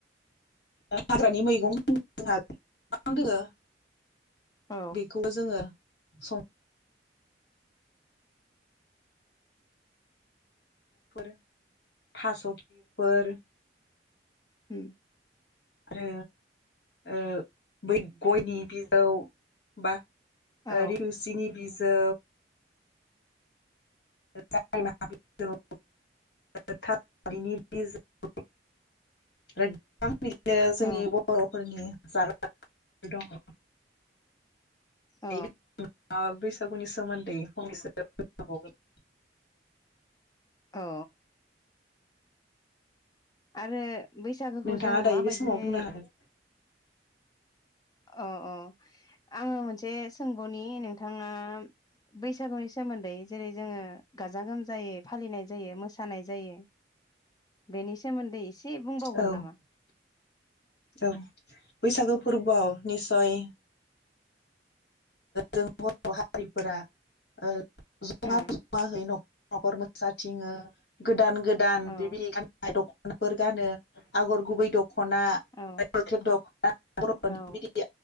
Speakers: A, on the left; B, on the left.
A: हाग्रानि मैगं होनोबा जोहा गोबां दोङो।
B: औ
A: बेखौ जोङो सं फोर, थास खिलिफोर
B: उम
A: आरो ओ बै गयनि बिजौ बा
B: औ
A: ओ रिवसिनि बिजौ <unintelligible> <unintelligible> बिदिनो जोंनि
B: औ
A: बरफोरनि जाग्रा दङ।
B: औ
A: <unintelligible> माबा बैसागुनि सोमोन्दै फंनैसो बुंनो हाबावगोन।
B: अ आरो बैसागोखौ
A: नोंथाङा
B: जों
A: दायो
B: मा
A: बे
B: बादियै
A: समाव बुंनो हागोन।
B: अ अ आङो मोनसे सोंबावनि नोंथाङा बैसागुनि सोमोन्दै जेरै जोङो गाजा गोमजायै फालिनाय जायो मोसानाय जायो। बेनि सोमोन्दै इसे बुंबावगोन
A: औ
B: नामा?
A: औ बैसागो फोरबोआव निसय जों बर' हारिफोरा ओ जमा
B: औ
A: जमाहै न'खर न'खर मो साथिङो। गोदान गोदान
B: औ
A: बिबायदि गाननाय दखानफोर गानो आगर गुबै दख
B: औ
A: दख'ना <unintelligible>
B: औ